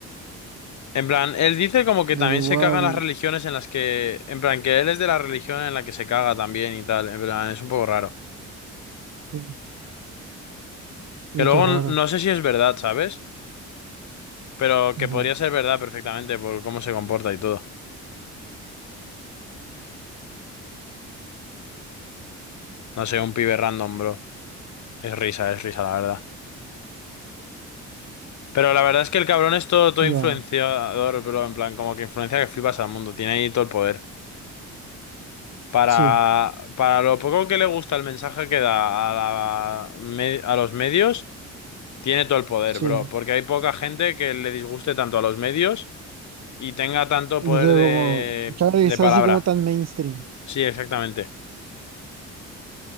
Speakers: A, on the left; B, on the right.
A: En plan, él dice como que también
B: Pero igual,
A: se cagan las religiones en las que... En plan, que él es de la religión en la que se caga también y tal. En plan, es un poco raro.
B: sí, y
A: Que luego
B: todo raro,
A: n- no sé si es verdad, ¿sabes? Pero
B: ya.
A: que podría ser verdad perfectamente por cómo se comporta y todo. No sé, un pibe random, bro. Es risa, es risa, la verdad. Pero la verdad es que el cabrón es todo, todo
B: Ya,
A: influenciador, bro. En plan, como que influencia que flipas al mundo. Tiene ahí todo el poder. Para,
B: sí,
A: para lo poco que le gusta el mensaje que da a, la me- a los medios, tiene todo el poder,
B: sí.
A: bro. Porque hay poca gente que le disguste tanto a los medios y tenga tanto
B: Y
A: poder
B: yo
A: de,
B: como, claro,
A: de
B: y está
A: palabra.
B: así como tan mainstream.
A: Sí, exactamente.